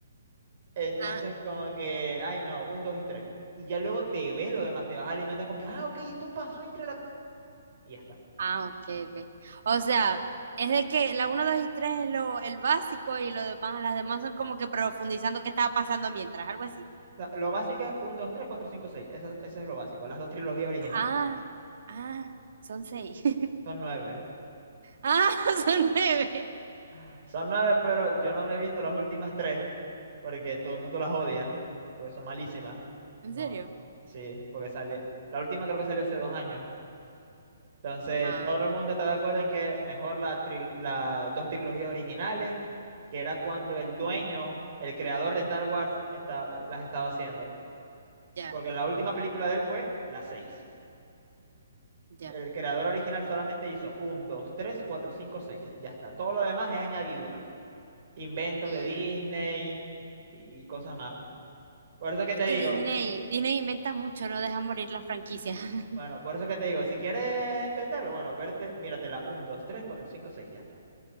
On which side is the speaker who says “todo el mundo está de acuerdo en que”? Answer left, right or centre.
Right